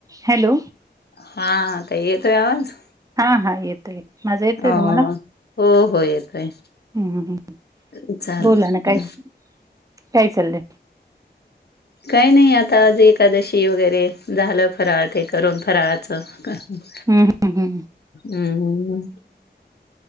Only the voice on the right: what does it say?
Hello
हा हा येतय माजा येतय
तुम्हाला.
हम्म हम्म
बोला ना काय चालय?
हम्म हम्म